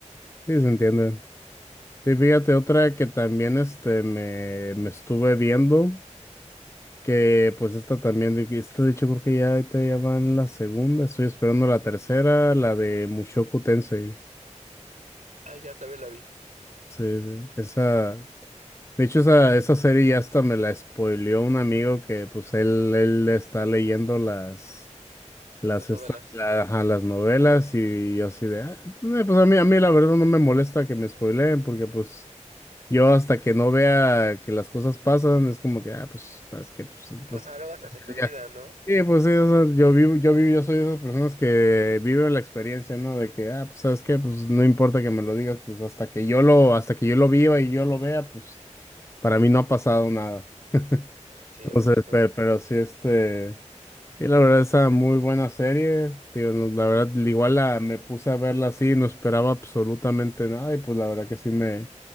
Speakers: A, on the left (about 20°); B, on the right (about 85°).
A: Sí, se entiende. Y fíjate, otra que también este me, me estuve viendo, que pues esta también, de- que- esta de hecho creo que ya, ahorita ya va en la segunda, estoy esperando la tercera, la de Mushoku Tensei.
B: Ah, ya también la vi.
A: Sí, sí. Esa, de hecho esa, esa serie ya hasta me la spoileó un amigo que pues él, él está leyendo las, las,
B: Las
A: esta-
B: novelas.
A: la- ajá, las novelas y yo así de, "Ah, eh, pues a mí, a mí la verdad no me molesta que me spoileen porque pues... Yo hasta que no vea que las cosas pasan, es como que, ah, pues, ¿sabes que Pues,
B: Ajá,
A: los-
B: luego hasta se te olvida,
A: ya.
B: ¿no?
A: Sí, pues sí, o sea, yo vivo, yo vivo, yo soy de esas personas que vive la experiencia, ¿no? De que, ah, pues, ¿sabes qué? Pues no importa que me lo digas, pues hasta que yo lo, hasta que yo lo viva y yo lo vea, pues para mí no ha pasado nada. <laughs>
B: Sí,
A: Entonces,
B: justo.
A: pero, pero sí, este, sí, la verdad, esa muy buena serie, tío no, la verdad, igual la, me puse a verla así, no esperaba absolutamente nada y pues la verdad que sí me,